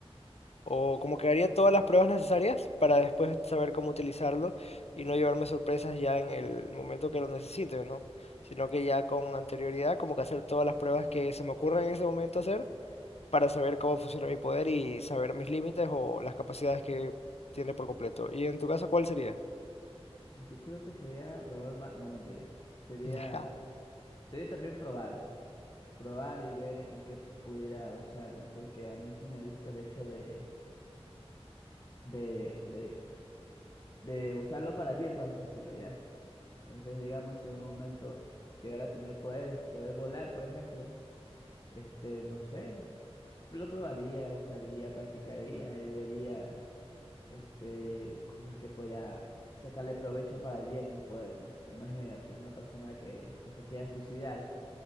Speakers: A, on the left; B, on the left.
A: o como que haría todas las pruebas necesarias para después saber cómo utilizarlo y no llevarme sorpresas ya en el momento que lo necesite, ¿no? Sino que ya con anterioridad, como que hacer todas las pruebas que se me ocurran en ese momento hacer para saber cómo funciona mi poder y saber mis límites o las capacidades que tiene por completo. ¿Y en tu caso cuál sería?
B: Yo creo que sería robar un banco. No, mentira. Sería,
A: <laughs>
B: sería también probar. Probar y ver en qué pudiera usarlo. Porque a mí sí me gusta el hecho de de, de de usarlo para el bien, por así decirlo, ¿ya? Entonces, digamos, si en un momento llegara a tener poderes, poder volar, por ejemplo, este, no sé, lo probaría, usaría, practicaría y vería, este, cosas que podría sacarle provecho para el bien, mi poder, ¿no? Imagínate, una persona que, que se quiera suicidar,